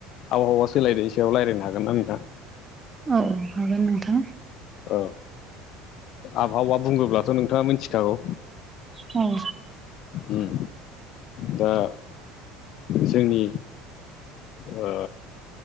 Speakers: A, on the left; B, on the right.
A: आबहावा सोलायनाय सायाव लायरायनो हागोन ना नोंथां?
B: ओं हागोन नोंथां।
A: औ आबहावा बुङोब्लाथ नोंथाङा मिनथिखागौ।
B: औ
A: उम दा जोंनि ओ